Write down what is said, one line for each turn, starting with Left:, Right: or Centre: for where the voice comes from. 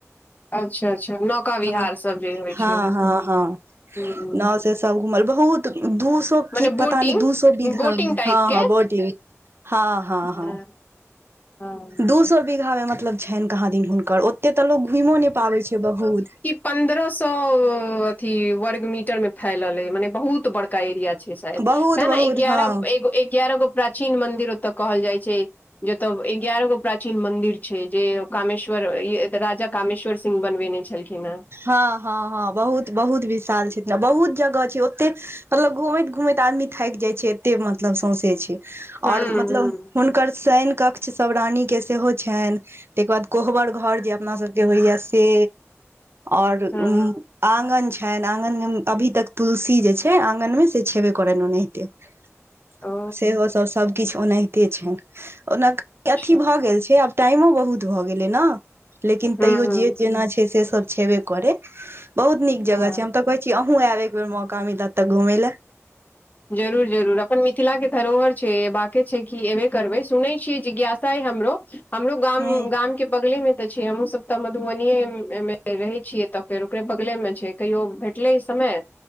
Left: अच्छा अच्छा नौका विहार
Right: ह
Left: सब जे होइ
Right: हँ
Left: छै
Right: हँ हँ
Left: हुं
Right: नओ सब घूमल बहुत दू
Left: मने
Right: की पता
Left: बोटिंग
Right: न दू सो बीघा
Left: बोटिंग
Right: मे
Left: टाइप
Right: हँ
Left: के
Right: हँ बहुटी हँ हँ
Left: हाँ
Right: हँ
Left: हाँ।
Right: दू सो बीघामे मतलब छनि कहाँ दिन हुनकर एते तऽ लोग घुमियो नै पाबै छै बहुत
Left: पंन्द्रह सौ अथी वर्गमीटर में फैलल मने बहुत ब एरिया छै शायद
Right: बहुत
Left: ते
Right: बहुत
Left: ने एगारह
Right: हँ
Left: एगो एगारह गो प्राचीन मंन्दिर ओतऽ कहल जाइ छै जतय एगारह गो प्राचीन मंदिर छै जे कामेश्वर त राजा कामेश्वर सिंह बनबेने छलखिन हँ
Right: हँ हँ हँ बहुत बहुत विशाल छथि ने बहुत जगह छै ओते मतलब घूमैत घूमैत आदमी थैक जाय छै एते मतलब सौंसे छै आओर
Left: हुं
Right: मतलब
Left: हुं
Right: हुनकर शैन कक्ष कचछ सब रानी के सेहो छनि ताहिके बाद कोहबर घर जे अपना सबके होइया से आओर उ
Left: हँ
Right: आगन छनि आँगन मे अभी तक तुलसी जे छै आगन मे से छेबे करनि ओनाहिते <inaudible>
Left: ओ
Right: सेहो सभ सभकिछु ओनाहिते छनि ओना
Left: अच्छा
Right: अथी भऽ गेल छै आब टाइमो बहुत भऽ गेलै ने लेकिन
Left: हँ
Right: तैयो
Left: हँ
Right: जे जेना छै से सब छेबे करै बहुत नीक जगह
Left: हँ
Right: छै हम त कहे छीे अहुूँ आब एक बेर मौका मिलत तऽ घुमय लए
Left: जरूर जरूर अपन मिथिला के धरोहर छै एबाके छै कि एबे करबै सुनै छियै जिज्ञासा हमरो हमरो गाम
Right: हूँ
Left: गाम के बगले मे ते छै हमहुँ सब तऽ मधुबनीेये मे मे रहे छियै तऽ फेर ओकरे बगले मे छै कहियो भेटलै समय